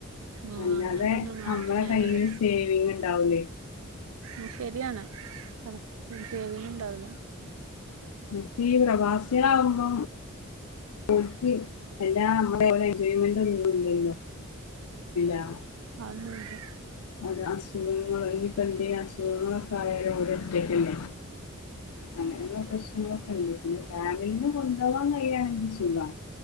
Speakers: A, on the right; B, on the left.
A: ആഹ്
B: അല്ലാതെ
A: അങ്ങനന്നെ നാട്ടിലായാല്
B: നമ്മള കയ്യില് സേവിങ് ഉണ്ടാവൂലേയ്
A: ഉം ശരിയാണ് അതാ ഉം സേവിങ് ഉണ്ടാവൂല
B: <unintelligible> പ്രവാസികളാവുമ്പോ ഓൽക്ക് എല്ലാം <unintelligible> എൻജോയ്മെന്റ് ഒന്നും ഇല്ലല്ലോ <unintelligible>
A: അതൊന്നൂല്ല്യ
B: ഓരോ അസുഖങ്ങളോ ഇനി ഇപ്പന്തേം അസുഖങ്ങളൊക്കെ ആയാലും ഓര് ഒറ്റക്കല്ലേ അങ്ങനെയുള്ള പ്രശ്നങ്ങളൊക്കെ ഇണ്ട്. പിന്നെ ഫാമിലീനെ കൊണ്ട് വാൻ കഴിയാണെങ്കി സുഖാ